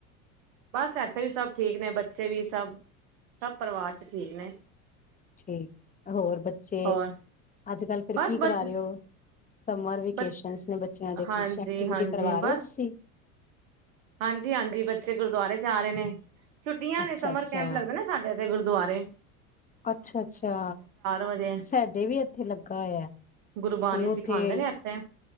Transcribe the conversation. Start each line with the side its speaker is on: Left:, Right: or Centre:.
Right: ਬਸ ਇੱਥੇ ਵੀ ਸਭ ਠੀਕ ਨੇ, ਬੱਚੇ ਵੀ ਸਭ-ਸਭ ਪਰਿਵਾਰ ਚ ਠੀਕ ਨੇ।
Left: ਠੀਕ। ਹੋਰ ਬੱਚੇ,
Right: ਹੋਰ
Left: ਅੱਜ-ਕੱਲ ਫਿਰ
Right: ਬਸ
Left: ਕੀ ਕਰਾ
Right: ਬ
Left: ਰਹੇ ਓ? ਸਮਰ ਵੇਕੇਸ਼ਨਸ
Right: ਬ
Left: ਨੇ ਬੱਚਿਆਂ ਦੇ ਕੁਛ
Right: ਹਾਂਜੀ-ਹਾਂਜੀ,
Left: ਐਕਟੀਵਿਟੀ ਕਰਵਾ ਰਹੇ
Right: ਬਸ
Left: ਹੋ ਤੁਸੀਂ?
Right: ਹਾਂਜੀ-ਹਾਂਜੀ। ਬੱਚੇ ਗੁਰਦੁਆਰੇ ਜਾ ਰਹੇ ਨੇ। ਛੁੱਟੀਆਂ
Left: ਅੱਛਾ
Right: ਨੇ, ਸਮਰ
Left: ਅੱਛਾ,
Right: ਕੈਂਪ ਲਗਦੇ ਨਾ ਸਾਡੇ ਇੱਥੇੁ ਗੁਰਦ ਦੁਆਰੇ।
Left: ਅੱਛਾ- ਅੱਛਾ।
Right: ਵਜੇ,
Left: ਸਾਡੇ ਵੀ ਇੱਥੇ ਲੱਗਾ ਹੋਇਆ।
Right: ਗੁਰਬਾਣੀ
Left: ਤੇ
Right: ਸਿਖਾਉਂਦੇ
Left: ਉੱਥੇ
Right: ਨੇ ਐਥੇ?